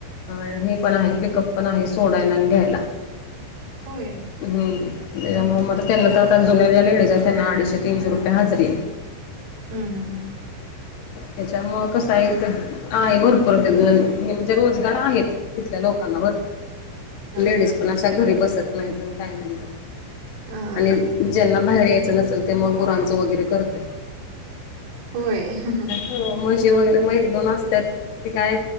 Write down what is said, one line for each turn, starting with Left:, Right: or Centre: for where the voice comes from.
Left: अ हे पण आहे पिकअप पण आहे सोडायला आणि घ्यायला.
Right: होय.
Left: हम्म त्याच्यामुळे मदत त्यांना तर आता जुने ज्या लेडीज आहेत त्यां अडीचशे तीनशे रुपय हजरी आहे.
Right: हम् हम हम.
Left: त्याच्यामुळे कस आहे ईथ आहे भरपूर ते अजुन म्हणजे रोजगार आहेत तिथल्या लोकांना भरपूर
Right: हा
Left: लेडीज
Right: हा
Left: पण अशा घरी बसत नाहीत काय नाहीत.
Right: हा
Left: आणि
Right: हा
Left: ज्यांना बाहेर यायचं नसेल ते मग गुरांचं वगैरे करतय.
Right: होय. <unintelligible>
Left: हो मग जेवण वगैरे मग एक दोन वाजत्यांत ते काय